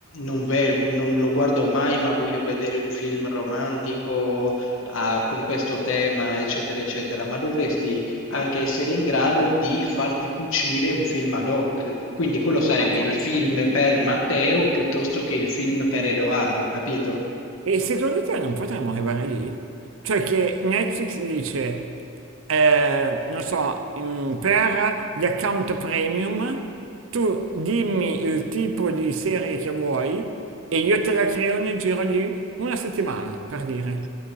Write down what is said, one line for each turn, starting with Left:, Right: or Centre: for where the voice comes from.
Left: non ve- non lo guardo mai, ma voglio vedere un film romantico a- con questo tema, eccetera, eccetera, ma dovresti anche essere in grado di farti cucire un film ad hoc. Quindi quello sarebbe
Right: Ah, può
Left: il
Right: essere.
Left: film per Matteo piuttosto che il film per Edoardo, capito?
Right: E secondo te non potremmo arrivare lì? Cioè che Netflix dice, eh, non so, mm, per gli account premium tu dimmi il tipo di serie che vuoi e io te la creo nel giro di una settimana, per dire.